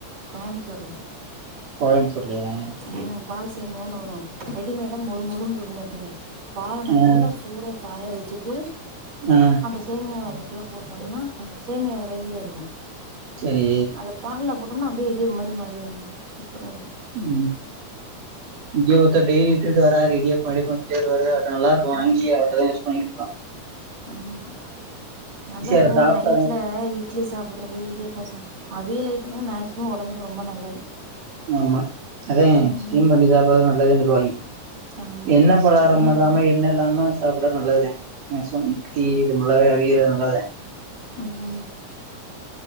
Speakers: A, on the right; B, on the right.
A: கோயம்புத்தூர்ல
B: கோயம்புத்தூர் <unintelligible>
A: ஆ பால் சேமியானு வரு ரெடிமேடா மொறு மொறுன்ருக்கு பாத்துக்க பால நல்லா
B: ஆ
A: சூடா காய வச்சுட்டு
B: ஆ
A: அந்த சேமியாவது உள்ள போட்டோம்னா சேமியாகுற ரேஜ்ல இருக்கு
B: சரி
A: அத பால்ல போட் டம்னா அப்டியே இடியப்போ மாரி மாரிறும்னே சூப்பரா இருக்கும்
B: ம் இங்க ஒருத்தர் டெய்லி வித்துகுட்டு வராரு இடியாப்போ இடியாப்போனு வித்துகிட்டே வருவாரு நல்லா இருக்கு வாங்கி
A: ம்
B: அவட்டதா யூஸ் வாங்கிருக்கா
A: ஆமா நல்லதுதா
B: இரு சாப்டாதே
A: நைட்ல இட்லி சா சாப்டுறது இடியப்போ சாப் அவியல் ஐட்டமே மேக்சிமம் ஒடம்புக்கு ரொம்ப நல்லது
B: ஆமா அதே
A: ம்
B: ஸ்டீம் பண்ணி சாப்ட்றது நல்லது வாங்
A: ஆமா
B: எண்ணப்
A: ஸ்டீமர்
B: பலாகாரம் இல்லாம
A: தா
B: எண்ண இல்லாம சாப்புட்டா நல்லதுதா மேசிமம் இட்லி இது <unintelligible> அவியற நல்லதே
A: உம்